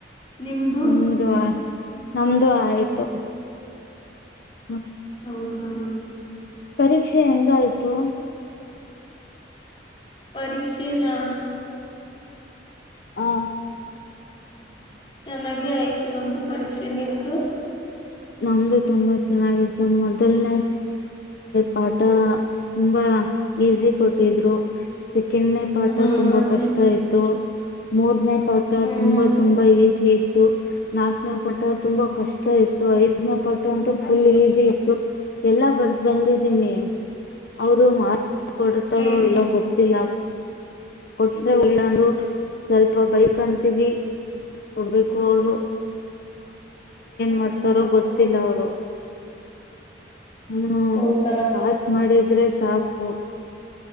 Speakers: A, on the left; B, on the left.
A: ನಿಮ್ದು
B: ನಮ್ದು ಆಯ್ತು ನಮ್ದು ಆಯ್ತು ಹ್ಮ್
A: ಹೌದು ಹ
B: ಪರೀಕ್ಷೆ ಹೆಂಗಯ್ತು
A: ಪರೀಕ್ಷೆ ನ
B: ಆ
A: <inaudible> <inaudible> ಚೆನ್ನಾಗೆ ಆಯ್ತು ನಮ್ದು ಪರೀಕ್ಷೆ ನಿಮ್ದು
B: ನಮ್ದು ತುಂಬಾ ಚೆನ್ನಾಗೈತ ಮೊದಲ್ನೇ ಪಾಠ ತುಂಬಾ ಈಸಿ ಕೊಟ್ಟ ಇದರು ಸೆಕೆಂಡ್ ನೇ ಪಾಠ
A: ಹಾ
B: ತುಂಬಾ
A: ಮತ್ತೆ
B: ಕಷ್ಟ ಆಯ್ತು ಮೂರ್ ನೆ ಪಾಠ
A: ಹ್ಮ್
B: ತುಂಬಾ
A: ಮತ್ತೆ
B: ತುಂಬಾ ಈಸಿ ಇತ್ತು ನಾ ಪಟ್ಟ ತುಂಬಾ ಕಷ್ಟ ಇತ್ತು ಐ ನ ಪಾಠ ಅಂತೂ ಫುಲ್ ಈಸಿ ಇತ್ತು ಎಲ್ಲಾ ಬರ್ದ ಬಂದಿದ್ದೀನಿ ಅವರು ಕೊಡ್ತಾರೋ
A: ಹ್ಮ್
B: ಎಲ್ಲ ಗೊತ್ತಿಲ್ಲ ಕೊಟ್ರೆ ಉಳಿಯ ಸ್ವಲ್ಪ ಬೈಕ್ ಅಂತೀವಿ ಕೊಡ್ಬೇಕ ಹರ ಮಾಡ್ತಾರೋ
A: ಹೂ
B: ಅವರು ಹ್ಮ
A: ಮಾಡ್ತ
B: ಪಾಸ್ಕ್ ಮಾಡಿದ್ರೆ ಸಾಕು